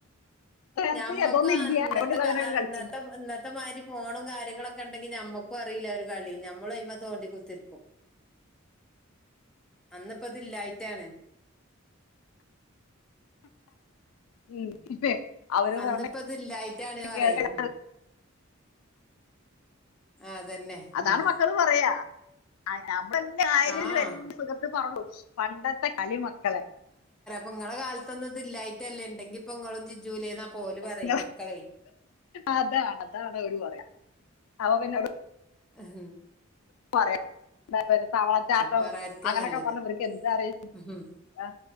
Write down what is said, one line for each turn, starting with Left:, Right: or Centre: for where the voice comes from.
Left: അത്
Centre: നമ്മക്കും
Left: അതൊന്നും ഇല്ല
Centre: അന്നത്തെ
Left: അതുകൊണ്ട് ഇവള് അങ്ങനെയൊക്കെ
Centre: അന്നത്തെ
Left: കളിച്ചു
Centre: ഇന്നത്തെ മായിരി ഫോണും കാര്യങ്ങളൊക്കെ ഒണ്ടെങ്കി നമ്മക്കും അറിയില്ല ഒരു കളിയും നമ്മളും അതിമേ തോണ്ടികുത്തി റിക്കും. അന്നിപ്പാ ഇത് ലൈറ്റാണ്
Left: ഉം ഇപ്പൊ അവര്
Centre: അന്നിപ്പിത്
Left: പറഞ്ഞ
Centre: ലൈറ്റാണ് പറയും
Left: കേൾക്കല
Centre: അതന്നെ
Left: അതാണ്
Centre: ഉം
Left: മക്കള് പറയാ. ആ നമ്മെളെല്ലാം ആരെലും
Centre: ആഹ്
Left: എല്ലാ സുഖത്ത് പറഞ്ഞു പോവും പണ്ടത്തെ കളി മക്കളെ
Centre: നിങ്ങളെ കാലത്തൊന്നും ഇത് ഇല്ലായിട്ടല്ലേ ഇണ്ടെങ്കി ഇപ്പോ നിങ്ങളും ജിജൂലെ എന്നാ ഓലും പറയും
Left: നിങ്ങൾ
Centre: മക്കളെ.
Left: അതാണ് അതാണ് ഓര് പറയാ അപ്പോ പിന്നെ
Centre: ഹങ്ങ്
Left: പറയാം തവളച്ചാട്ടം
Centre: പറയാതിരിക്കാ
Left: അങ്ങനെയെക്കെ
Centre: നല്ലത്
Left: പറഞ്ഞ ഇവർക്ക് എന്തറിയും
Centre: ഉം
Left: ആ